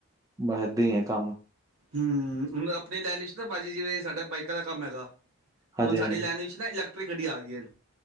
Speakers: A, on the right; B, on the right.
A: ਬਸ, ਏਦਾਂ ਹੀ ਆ ਕੰਮ,
B: ਹੂੰ ਹੁਣ ਆਪਣੀ ਲਾਈਨ ਵਿੱਚ ਨਾ ਭਾਜੀ ਜਿਵੇਂ, ਸਾਡਾ ਬਾਈਕਾਂ ਦਾ ਕੰਮ ਹੈਗਾ
A: ਹਾਂਜੀ
B: ਤੇ ਹੁਣ ਸਾਡੀ
A: ਹਾਂਜੀ
B: ਲਾਈਨ ਜਦ ਇਲੈਕਰੀਕ ਗੱਡੀ ਆ ਗਈ ਹਨ।